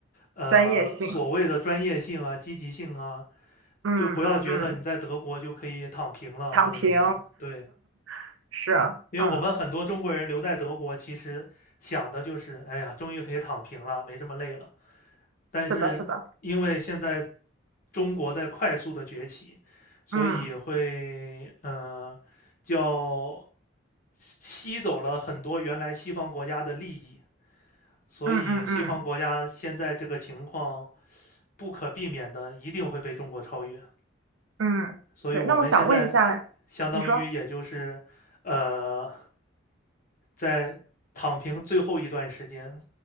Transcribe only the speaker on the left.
呃所谓的专业性啊、
积极性啊，
就不要觉得你在德国就可以躺平了或者怎么样。
对。
因为我们很多中国人留在德国，
其实想的就是，哎呀，终于可以躺平了，没这么累了。但是因为现在
中国在快速的崛起，所以会呃叫
吸走了很多原来西方国家的利益，所以西方国家现在这个情况
不可避免的一定会被中国超越。
所以我们现在相当于也就是呃，
在躺平最后一段时间